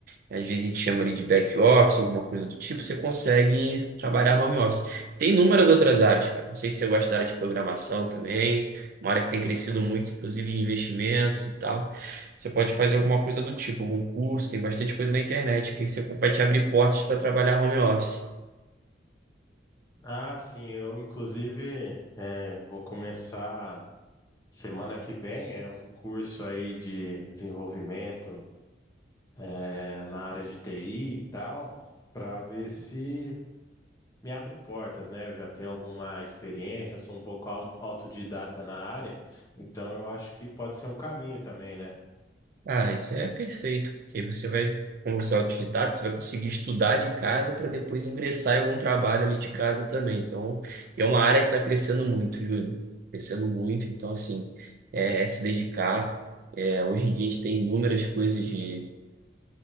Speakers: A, on the right; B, on the left.
A: às vezes a gente chama ali de back office, alguma coisa do tipo, você consegue trabalhar home office. Tem inúmeras outras áreas, cara. Não sei se você gosta da área de programação também, uma área que tem crescido muito, inclusive de investimentos e tal. Você pode fazer alguma coisa do tipo, algum curso, tem bastante coisa na internet que você vai te abrir portas para trabalhar home office.
B: Ah, sim, eu inclusive eh, vou começar. Semana que vem é um curso aí de desenvolvimento eh, na área de TI e tal, para ver se me abre portas, né? Eu já tenho alguma experiência, sou um pouco au- autodidata na área, então eu acho que pode ser um caminho também, né?
A: Ah, isso é perfeito, porque você vai, como você é autodidata, você vai conseguir estudar de casa para depois ingressar em algum trabalho ali de casa também. Então, é uma área que está crescendo muito, Júlio. Crescendo muito, então, assim, é, é se dedicar. É, hoje em dia a gente tem inúmeras coisas de